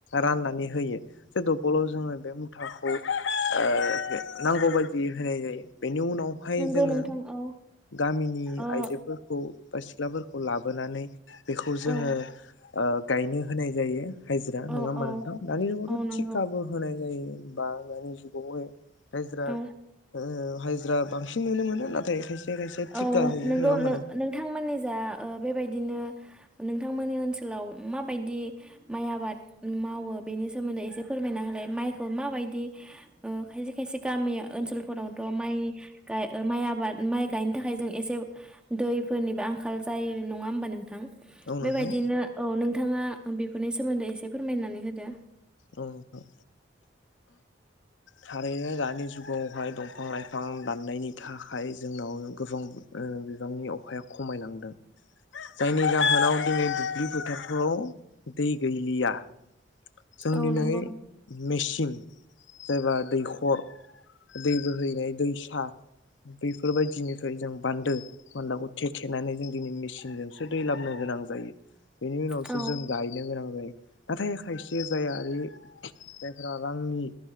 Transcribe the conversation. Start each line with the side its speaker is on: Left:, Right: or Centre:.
Left: राननानै होयो ज दबलाव जोंङो। बे मुथाखौ ओ नांगौ बायदि। जि होनाय जायो बेनि उनावहाय
Centre: नंगौ
Left: जोंङो।
Centre: नोंथां औ
Left: गामिनि
Centre: ओ
Left: आइजोफोरखौ। बा सिख्लाफोरखौ लाबोनानै बेखौ जोंङो।
Centre: औ
Left: ओ गायनो होनाय जायो। हायज्रा
Centre: औ
Left: नङा होमा
Centre: औ
Left: नोंथां दानि जुगावथ
Centre: औ नंगौ
Left: तिकाबो होनाय जायो। बा दानि जुगावहाय। हायज्रा
Centre: औ
Left: ओ हाय द्रा बांसिन नुनो मोनो नाथाय खायसे खायसे थिखा
Centre: औ
Left: होयो
Centre: नोंगौ
Left: नङा होमबा
Centre: नो-नोंथांमोननि
Left: नोंथां
Centre: जा ओ बेबायदिनो नोंथांमोननि ओनसोलाव माबायदि माइ आबाद मावो बेनि सोमोन्दै एसे फोरमायना होलाय माइखौ माबायदि ओ खायसे खायसे गामि ओनसोलफोरावथ माइ गाय ओ माइ आबाद माइ गाय थाखाय जों एसे दैफोरनिबो आंखाल जायो नङा होमबा नों थां
Left: औ नोंथां
Centre: बेबायदिनो औ नों नोंथाङा बेफोरनि सोमोन्दै एसे फोरमायनानै होदो।
Left: औ नोंथां। थारैनो दानि जुगावहाय दंफां लाइफां दाननायनि थाखाय जोंनाव गोबां ओ बिबांनि अखाया खमायलांदों जायनि जाहोनाव दिनै दुब्लि फोथारफ्राव दै गैलिया। जों
Centre: औ
Left: दिनै
Centre: नंगौ
Left: मेचिन जायबा दैख खर दै बोहैनाय दैसा बेैफोरबायदिनिफ्राय जों बान्दो बान्दाखौ थेखेनानै जों दिनै मेसिनजोंसो दैलाबनो गोनां जायो। बेनि उनावसो
Centre: औ
Left: जों गायनो गोनां <unintelligible> नाथाय खायसे जे जायारि जायफोरा रांनि